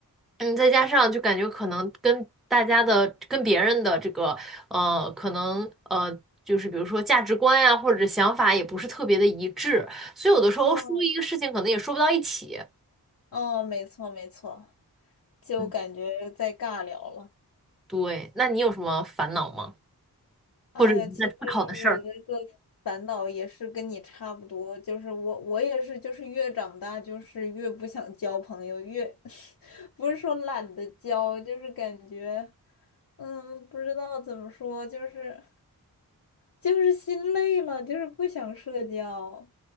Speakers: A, in the centre; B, on the left (about 60°).
A: 嗯，再加上就感觉可能跟大家的、跟别人的这个，呃，可能呃，就是比如说价值观呀、或者想法也不是特别的一致，所以有的时候说一个事情可能也说不到一起。
B: 嗯，哦，没错没错，就感觉在尬聊了。
A: 嗯，对，那你有什么烦恼吗？
B: 哎呀，
A: 或者你在思考的事儿？
B: 其实我那个烦恼也是跟你差不多，就是我我也是，就是越长大就是越不想交朋友，越 <laughs> 不是说懒得交，就是感觉嗯，不知道怎么说，就是就是心累了，就是不想社交。